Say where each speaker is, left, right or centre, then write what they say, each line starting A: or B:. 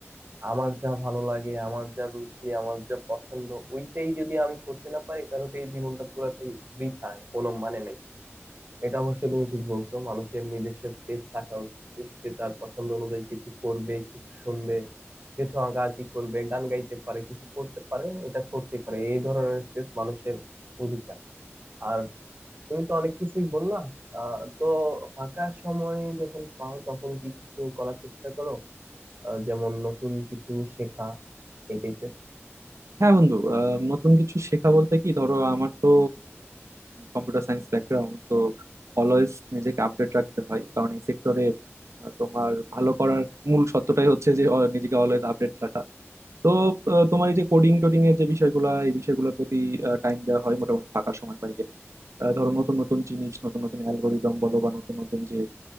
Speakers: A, on the right; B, on the right.
A: আমার যা ভালো লাগে আমার যা রুচি আমার যা পছন্দ ওইটাই যদি আমি করতে না পারি তাহলে তো এই জীবনটা পুরোটাই বৃথায় কোনো মানে নাই এটা অবশ্যই তুমি ঠিক বলছো মানুষের নিজস্ব স্পেস থাকা উচিত সে তার পছন্দ অনুযায়ী কিছু করবে কিছু শুনবে কিছু আঁকাআঁকি করবে গান গাইতে পারে কিছু করতে পারে এটা করতে পারে এই ধরনের স্পেস মানুষের অধিকার আর তুমি তো অনেক কিছুই বললা আহ তো ফাঁকা সময় যখন পাও তখন কি কিছু করার চেষ্টা করো আহ, যেমন নতুন কিছু শেখা এই টাইপের
B: হ্যাঁ বন্ধু আহ, নতুন কিছু শেখা বলতে কি ধরো আমার তো কম্পিউটার সায়েন্স ব্যাকগ্রাউন্ড তো অলওয়েজ নিজেকে আপডেট রাখতে হয় কারণ এই সেক্টরে তোমার ভালো করার মূল সত্যটাই হচ্ছে যে আহ, নিজেকে অলওয়েজ আপডেট রাখা তো আহ, তোমার এই যে কোডিং টোডিং এর যে বিষয়গুলো এই বিষয়গুলোর প্রতি টাইম দেওয়া হয় মোটামুটি ফাঁকা সময় পাইলে আহ, ধরো নতুন নতুন জিনিস নতুন নতুন অ্যালগোরিদম বলো বা নতুন নতুন যে